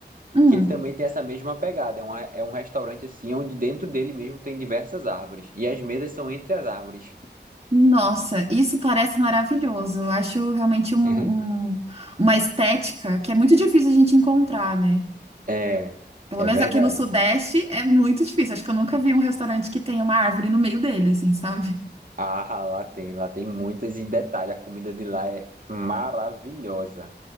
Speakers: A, on the right; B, on the right.
A: Hum.
B: que ele também tem essa mesma pegada. É um, é um restaurante assim, onde dentro dele mesmo tem diversas árvores. E as mesas são entre as árvores.
A: Nossa, isso parece maravilhoso. Eu acho realmente um,
B: <laughs>
A: um- uma estética que é muito difícil a gente encontrar, né?
B: É,
A: Pelo
B: é
A: menos
B: verdade.
A: aqui no Sudeste é muito difícil. Acho que eu nunca vi um restaurante que tenha uma árvore no meio dele, assim, sabe?
B: Ah, lá tem, lá tem muitas. E detalhe, a comida de lá é maravilhosa.